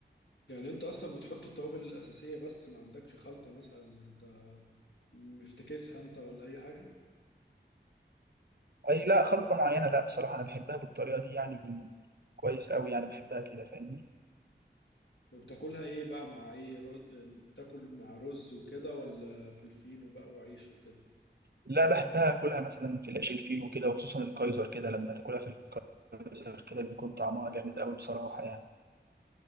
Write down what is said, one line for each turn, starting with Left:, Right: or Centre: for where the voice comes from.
Left: يعني انت اصلا بتحط التوابل الاساسيه بس ما عندكش خلطه مثلا انت مفتكسها انت ولا اي حاجه
Right: اي لا خلطة معينة لا بصراحة انا بحبها بالطريقة دي يعني كويس قوي يعني بحبها كده فاهمني
Left: طب بتاكلها ايه بقى مع ايه رو... أم، تاكل مع رز وكده ولا فلفينو بقى وعيش وكده
Right: لا بحبها اكلها مثلا في العيش الفينو كده وخصوصا الكايزر كده لما تاكلها في الكايزر كده بيكون طعمها جامد قوي بصراحة يعني